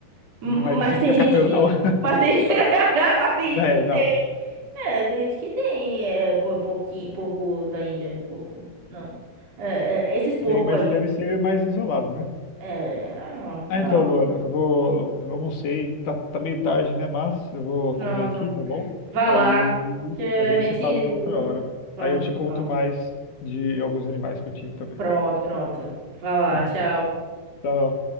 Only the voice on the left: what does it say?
não é
de se ficar
catando,
não. <laughs>
É,
não.
Tem, mas
deve ser mais isolado, né?
Ah,
então, Luana, eu vou, eu almocei, tá, tá meio tarde, né? Mas eu vou
comer aqui, tá bom?
Aí
a gente
se fala uma outra hora.
Aí eu
te
conto
mais de alguns animais que eu tive também.
<laughs>
Tchau.